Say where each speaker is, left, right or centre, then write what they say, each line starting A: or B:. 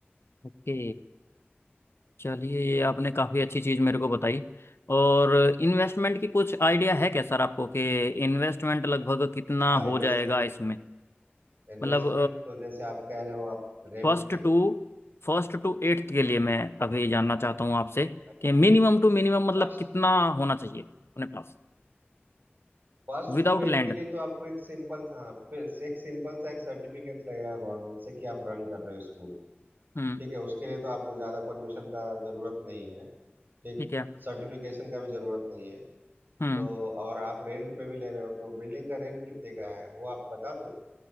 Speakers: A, on the left; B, on the right.
A: ओके चलिए ये आपने काफ़ी अच्छी चीज़ मेरे को बताई और इन्वेस्टमेंट की कुछ आइडिया है क्या सर आपको कि इन्वेस्टमेंट लगभग कितना
B: हाँ
A: हो
B: इन्वेस्टमेंट
A: जाएगा इसमें
B: इन्वेस्टमेंट
A: मतलब
B: तो जैसे आप कह रहे हो आप रेंट
A: first
B: पे
A: to first to eighth के लिए मैं अभी जानना चाहता हूँ आपसे
B: अच्छा
A: कि मिनिमम टू मिनिमम मतलब
B: फर्स्ट
A: कितना होना चाहिए अपने पास
B: फर्स्ट
A: विदाउट
B: टू एट
A: लैंड
B: के लिए तो आपको एक सिंपल सा हाँ फिर से एक सिंपल सा एक सर्टिफिकेट लगेगा गवर्नमेंट से कि आप रन कर रहे हो स्कूल
A: हम्म
B: ठीक है उसके लिए तो आपको ज़्यादा परमिशन का जरूरत नहीं है ठीक
A: ठीक है
B: सर्टिफिकेशन का भी जरूरत नहीं है
A: हम्म
B: तो और आप रेंट पे भी ले रहे हो तो बिल्डिंग का रेंट कितने का है वो आप बता दो